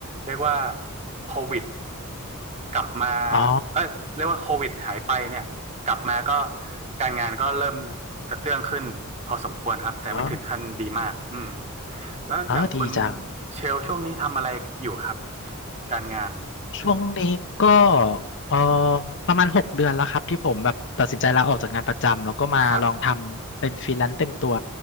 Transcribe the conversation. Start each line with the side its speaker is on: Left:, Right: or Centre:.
Right: เรียกว่าโควิดกลับมา
Left: อ๋อ
Right: เอ้ยเรียกว่าโควิดหายไปเนี่ยกลับมาก็การงานก็เริ่มกระเตื้องขึ้นพอสมควรครับแต่ไม่ถึงขั้นดีมากอืม
Left: อ๋อ
Right: แล้วอย่างคุณ
Left: อ๋อดีจัง
Right: เชลช่วงนี้ทำอะไรอยู่ครับการงาน
Left: ช่วงนี้ก็เอ่อประมาณหกเดือนแล้วครับที่ผมแบบตัดสินใจลาออกจากงานประจำแล้วก็มาลองทำเป็นฟรีแลนซ์เต็มตัว
Right: ครับ